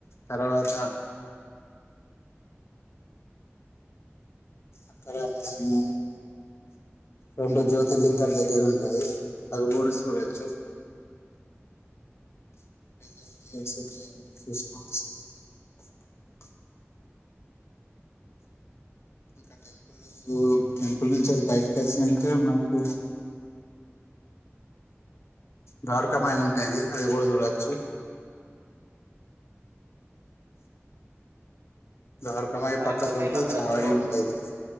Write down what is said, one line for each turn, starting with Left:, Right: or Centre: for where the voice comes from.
Left: తరువాత అక్కడ మనము రెండు జ్యోతిర్లింగం దగ్గర ఉంటాయి అది కూడా సూడచ్చు <inaudible> ఇంకా టెంపుల్ టెంపుల్ నుంచి అది బయటకి వచ్చినాక మాకు ద్వారక పైన ఉంటాది అవి కూడా చూడచ్చు ద్వరకమాయి
Right: ద్వారకామాయిలు
Left: పక్కపోతే
Right: అందరం
Left: చాడ
Right: కూర్చోవచ్చు
Left: ఉంటది